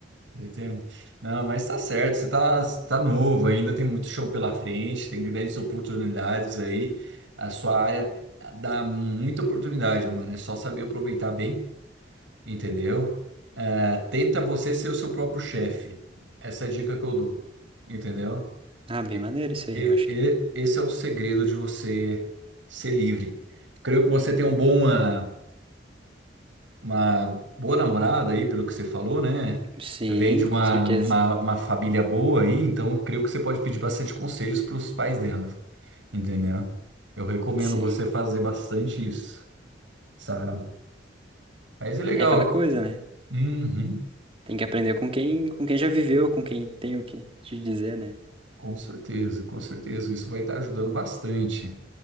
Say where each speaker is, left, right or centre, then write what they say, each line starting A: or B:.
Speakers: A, on the right; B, on the right.
A: 31. Não, mas tá certo, você tá, tá novo ainda, tem muito chão pela frente, tem grandes oportunidades aí. A sua área dá muita oportunidade, mano. É só saber aproveitar bem, entendeu? É, tenta você ser o seu próprio chefe. Essa é a dica que eu dou, entendeu?
B: Ah, bem
A: E,
B: maneiro isso aí,
A: e-
B: eu acho
A: e-
B: que.
A: esse é o segredo de você ser livre. Creio que você tem um bom. ah, uma boa namorada aí, pelo que você falou, né?
B: Sim,
A: Vem de uma,
B: com certeza.
A: uma, uma família boa aí, então creio que você pode pedir bastante conselhos para os pais dela, entendeu? Eu recomendo
B: Sim.
A: você fazer bastante isso, sabe? Mas é legal.
B: É aquela coisa, né?
A: Uhum,
B: Tem que aprender com quem, com quem já viveu, com quem tem o que te dizer, né?
A: com certeza, com certeza. Isso vai estar ajudando bastante.